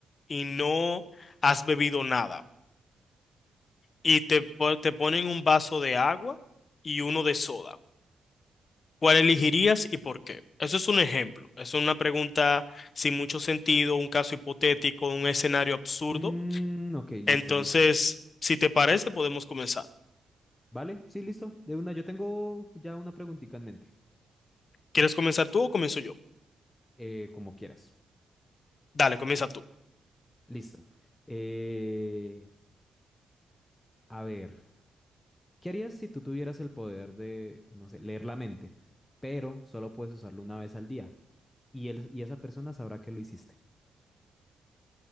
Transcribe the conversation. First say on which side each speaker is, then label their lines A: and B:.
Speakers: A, on the left; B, on the left.
A: y no has bebido nada y te, po- te ponen un vaso de agua y uno de soda, ¿cuál elegirías y por qué? Eso es un ejemplo. Es una pregunta sin mucho sentido, un caso hipotético, un escenario absurdo.
B: Mm, ok, listo,
A: Entonces,
B: listo.
A: si te parece, podemos comenzar.
B: ¿Vale? Sí, listo. De una, yo tengo ya una preguntita en mente.
A: ¿Quieres comenzar tú o comienzo yo?
B: Eh, como quieras.
A: Dale, comienza tú.
B: Listo. Eh, a ver, ¿qué harías si tú tuvieras el poder de, no sé, leer la mente, pero solo puedes usarlo una vez al día? Y, él, y esa persona sabrá que lo hiciste.